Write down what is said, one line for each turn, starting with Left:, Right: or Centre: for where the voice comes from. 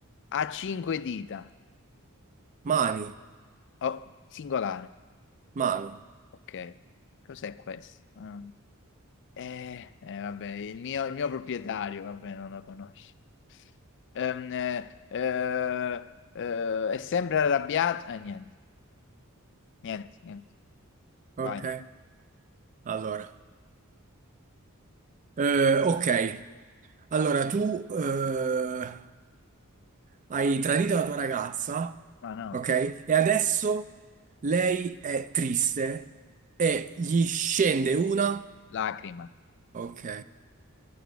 Left: ha cinque dita.
Right: mani,
Left: Oh, singolare.
Right: mano.
Left: Ok. Cos'è questo? Ah. Eh, eh, vabbè, il mio, il mio proprietario, vabbè, non lo conosci. Ehm, eh, eh, eh, è sempre arrabbiato. Eh, niente, niente, niente.
Right: Ok,
Left: Vai.
Right: allora. Eh, ok, allora tu... eh, Hai tradito la tua ragazza,
Left: Ma no.
Right: ok? E adesso lei è triste e gli scende una,
Left: Lacrima,
Right: ok?